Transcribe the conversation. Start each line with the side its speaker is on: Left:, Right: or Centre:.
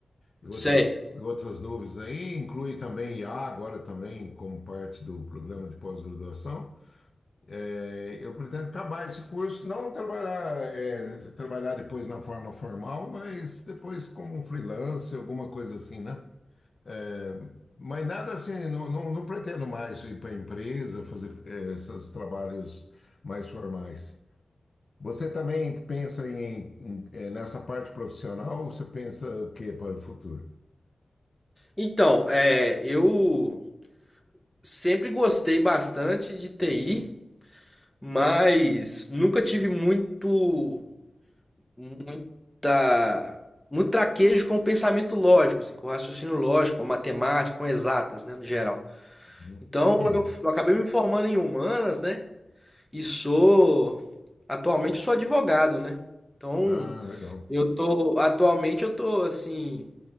Left: e outras,
Centre: Sei.
Left: e outras nuvens aí, inclui também I a agora também como parte do programa de pós-graduação. É, eu pretendo acabar esse curso, não trabalhar, é, trabalhar depois na forma formal, mas depois como um freelance, alguma coisa assim, né? É, mas nada assim, não, não, não pretendo mais ir para a empresa, fazer é, esses trabalhos mais formais. Você também pensa em, em, é, nessa parte profissional ou você pensa o que para o futuro?
Centre: Então, é, eu sempre gostei bastante de TI, mas nunca tive muito, muita, muito traquejo com o pensamento lógico, assim, com o raciocínio lógico, com a matemática, com exatas, né, no geral.
Left: Uhum.
Centre: Então,
Left: Hum.
Centre: eu f- eu acabei me formando em humanas, né? E sou. Atualmente eu sou advogado, né? Então,
Left: Ah, legal.
Centre: eu tô. Atualmente eu tô, assim,